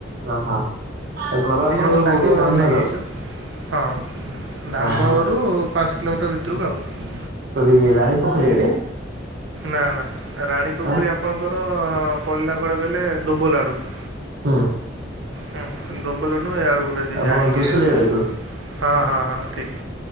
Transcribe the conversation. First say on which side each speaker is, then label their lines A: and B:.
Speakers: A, on the right; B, on the right.
A: ଓହୋ ଆଉ ଘର
B: ଦୁଇ
A: ଆପଣଙ୍କର
B: ଜଣ ସାଙ୍ଗ
A: କୋଉଠି ଧାମନଗର?
B: ନେଇଯାଇଛୁ। ହଁ ଧାମ
A: ଓହୋ
B: ନଗରରୁ ପାଞ୍ଚ କିଲୋମିଟର ଭିତରକୁ ଆଉ।
A: ଇ-ଇ-ଇ ରାଣି ପୋଖରୀ ଆଡେ?
B: ନା ନା ରାଣୀପୋଖରୀ
A: ଆଉ
B: ଆପଣଙ୍କର-ଅ-ଅ-ଅ ପଡ଼ିଲା କୁଆଡ଼େ କହିଲେ ଦୋବୋଲ ଆଡ଼କୁ।
A: ହୁଁ।
B: ହୁଁ କିନ୍ତୁ ଦୁବୁଲ ନୁହଁ ଏଆଡୁ ଗୋଟେ ଯେ
A: ଆପଣ
B: ଜାହାଙ୍ଗୀର
A: ଧୂସୁରୀ
B: ଅଛି।
A: ଆଡକୁ
B: ହଁ ହଁ ହଁ ଠିକ୍।